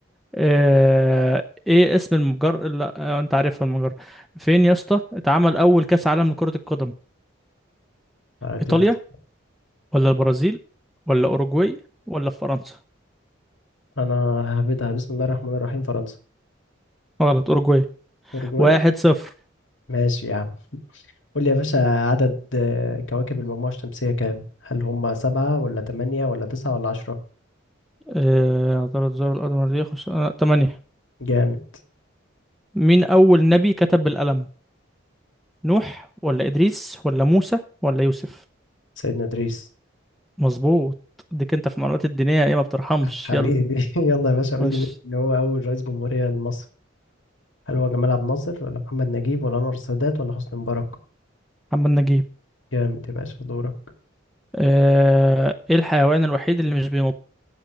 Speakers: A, in the centre; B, on the left.
A: آه إيه اسم المجر لا آه، أنت عارفها المجرة فين يا اسطى اتعمل أول كأس عالم لكرة القدم
B: اديني
A: إيطاليا
B: اختيار
A: ولا البرازيل ولا أوروجواي ولا في فرنسا
B: انا ههبدها بسم الله الرحمن الرحيم فرنسا
A: غلط أوروجواي
B: اوروجواي
A: واحد صفر
B: ماشي يا عم قول لي يا باشا عدد آه، كواكب المجموعة الشمسية كام؟ هل هم سبعة ولا تمانية ولا تسعة ولا عشرة؟
A: آه، عثرت زار الأرض مرتين خمسة آه، تمانية
B: جامد
A: مين أول نبي كتب بالقلم نوح ولا إدريس ولا موسى ولا يوسف
B: سيدنا إدريس
A: مظبوط ديك أنت في المعلومات الدينية إيه ما بترحمش
B: حبيبي
A: يلا
B: <laughs> يلا يا باشا قول
A: خش
B: لي مين اللي هو أول رئيس جمهورية لمصر؟ هل هو جمال عبد الناصر ولا محمد نجيب ولا أنور السادات ولا حسني مبارك؟
A: محمد نجيب
B: جامد يا باشا دورك
A: آه، إيه الحيوان الوحيد اللي مش بينط